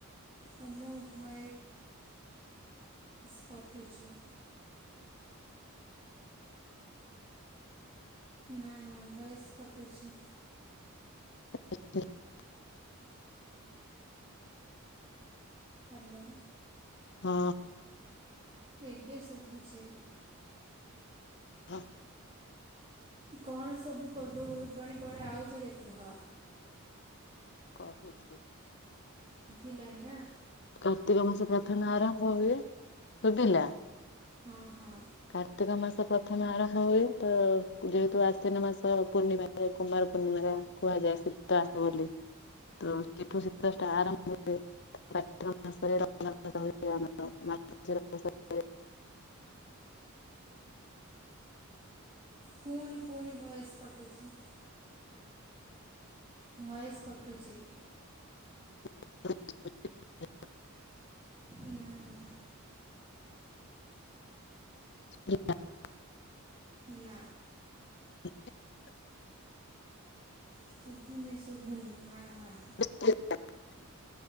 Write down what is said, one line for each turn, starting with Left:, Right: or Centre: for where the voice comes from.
Right: ତମ ଭୋଏ ସ୍ କଟୁଛି, ନା ନା ଭୋଏସ୍ କଟୁଛି।
Left: <inaudible>
Right: ହାଲୋ।
Left: ହା
Right: ଏବେ ଶୁଭୁଛି।
Left: ଆ
Right: କଣ ସବୁ ପର୍ବପର୍ବାଣୀ ପଡ଼େ ଆଉଥରେ କୁହ।
Left: କହୁଚି।
Right: ଶୁଭିଲାନି ନା,
Left: କାର୍ତ୍ତିକ ମାସ ପ୍ରଥମେ ଆରମ୍ଭ ହୁଏ, ଶୁଭିଲା?
Right: ହଁ ହଁ।
Left: କାର୍ତ୍ତିକ ମାସ ପ୍ରଥମେ ଆରମ୍ଭ ହୁଏ, ତ ଯେହେତୁ ଆଶ୍ଵିନ ମାସ ପୂର୍ଣ୍ଣିମା ଏ କୁମାର ପୂର୍ଣ୍ଣିମା ଯାଏ କୁହାଯାଏ ଶୀତ ଆସେ ବୋଲି। ଏଥୁରୁ ସେଇଠୁ ଶୀତ ଷ୍ଟା ଆରମ୍ଭ ହୁଏ କାର୍ତ୍ତିକ ମାସରେ ର କୁମାର ପୁର୍ଣିମା ହୁଏ ଆମର, ମାର୍ଗଶିର ମାସ।
Right: ପୁଣି ପୁଣି ଭୋଏସ୍ କଟୁଛି, ଭୋଏସ କଟୁଛି।
Left: <inaudible>
Right: ନା ନା
Left: <unintelligible>
Right: ନା
Left: <inaudible>
Right: ଶୁଭୁନି ଶୁଭୁନି ନା ନା
Left: <inaudible>